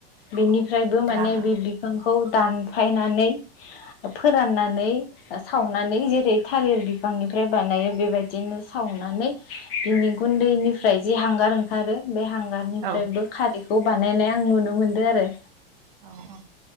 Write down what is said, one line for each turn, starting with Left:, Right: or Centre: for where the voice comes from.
Left: बेनिफ्रायबो
Right: दा
Left: माने बे बिफांखौ दानफायनानै फोराननानै सावनानै जेरै थालिर बिफांनिफ्राय फ्राय बानायो बेबायदिनो सावनानै बिनि गुन्दैनिफ्राय जि हांगार ओंखारो बे हा हांगारनिफ्रायबो
Right: औ
Left: खारैखौ बानायनाय आं नुनो मोनदो आरो।
Right: औ औ